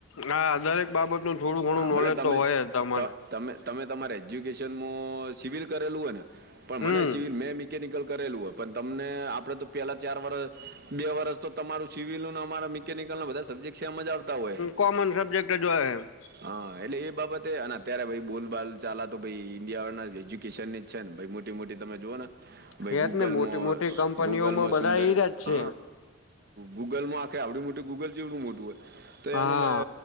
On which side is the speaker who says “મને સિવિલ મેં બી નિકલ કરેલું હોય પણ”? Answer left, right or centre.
Right